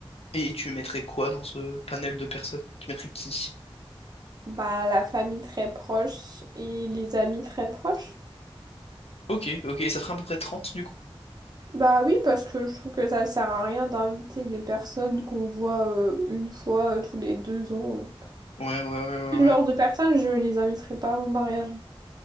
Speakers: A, on the left (about 85°); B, on the right (about 45°).
A: Et tu mettrais quoi dans ce panel de personnes? Tu mettrais qui?
B: Bah, la famille très proche et les amis très proches.
A: Ok, ok. Et ça ferait à peu près 30 du coup?
B: Bah oui, parce que je trouve que ça sert à rien d'inviter des personnes qu'on voit euh, une fois euh, tous les deux ans. euh.
A: Ouais, ouais, ouais, ouais,
B: Ce
A: ouais.
B: genre de personnes, je les inviterai pas à mon mariage.